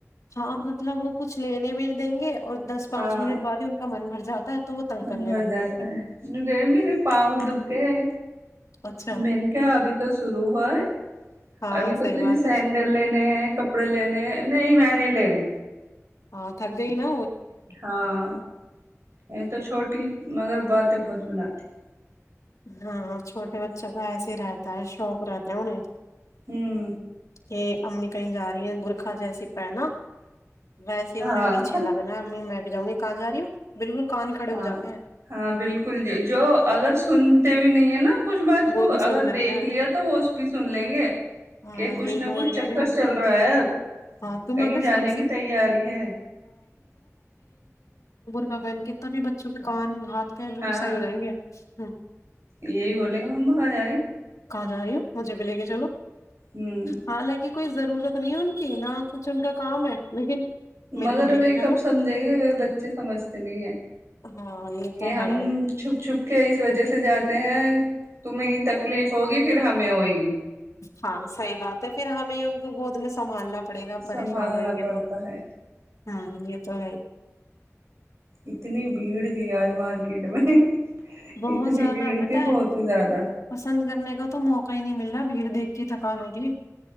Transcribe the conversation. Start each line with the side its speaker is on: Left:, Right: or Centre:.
Left: ہاں مطلب وہ کچھ لینے میں ہی دیں گے اور دس پانچ
Right: ہاں
Left: منٹ بعد ہی ان کا من بھرتا جاتا ہے تو وہ تنگ
Right: من
Left: کرنے
Right: بر
Left: لگتے
Right: جاتا
Left: ہیں پھر
Right: ہے کہ میرے پاؤ دکھ گئے
Left: اچھا
Right: میں نے کیا ابھی تو شروع ہوا ہے
Left: ہاں
Right: ابھی تو
Left: صحیح
Right: ت
Left: بات
Right: یہ سینڈل
Left: ہے
Right: لینے ہیں کپڑے لینے ہیں نہیں میں نہیں لے رہی
Left: ہاں تھک گئی نہ
Right: ہاں یہ تو چھوٹ رٹی مگر باتیں بہت بناتی
Left: ہاں چھوٹے بچوں کو ایسے ہی رہتا ہے شوق رہتا انہیں
Right: ہمم
Left: کہ امی کہیں جا رہی ہیں رکھا جائےسے ہے نا ویس ہی
Right: ہاں
Left: انہیں پیچھے لگنا ہے امی میں بھی جؤں گی کہ جا رہی ہو بالکل کان کھڑے
Right: ہاں
Left: جاتے ہیں
Right: ہاں بالکل ج جو اگر سنتے بھی نہیں ہیں نا کچھ بات کو
Left: وہ بھی
Right: اگر
Left: سن لیتے
Right: دیکھ
Left: ہیں
Right: لیا تو وہ بھی سن لیں گے
Left: ہاں
Right: کہ کچھ
Left: یہی
Right: نہ
Left: تو
Right: کچھ
Left: میں کہہ
Right: چکر
Left: رہی ہوں
Right: چل رہا ہے اب
Left: ہاں تم
Right: کہیں
Left: اگر
Right: جانے
Left: سبزی
Right: کی تیاری ہے
Left: ہگن کے تبھی بچوں کے کان ہاتھ پ بالکل
Right: ہاں
Left: صحیح ہو جائیں گے ہاں
Right: یہی بولے گا مما <inaudible>
Left: کہاں جا رہی ہوں مجھے بھی لے کے چلو
Right: ہوں
Left: ہاں لگے کوئی ضرورت نہیں ہے ان کی نہ کچھ ان کا کام ہے لیکن میرے
Right: مگر
Left: کو بھی لے
Right: وہ
Left: کے چلو
Right: کب سمجھیں گے وہ بچے سمجھتے نہیں ہے
Left: ہاں یہ
Right: کہ
Left: تو ہے
Right: ہم
Left: ہی
Right: چھپ چھپ کے اس وجہ سے جاتے ہیں تمہیں تکلیف ہوگی پھر ہمیں ہوئے گی
Left: ہاں صحیح بات ہے پھر ہمیں ان کو گود میں سنھالنا پڑے گا پریشان
Right: سنبھالنا
Left: ہوئیں گے
Right: پڑتا
Left: تو
Right: ہے
Left: ہ یہ تو ہے
Right: اتنی بھیڑ تھی آج مارکیٹ میں
Left: بہت
Right: اتنی
Left: زیادہ
Right: بھیڑ
Left: پت
Right: تھی
Left: ہے
Right: بہت ہی زیادہ
Left: پسند کرنے کا تو موقع ہی نہیں مل رہ بھیڑ دیکھ کے تھکان ہو جی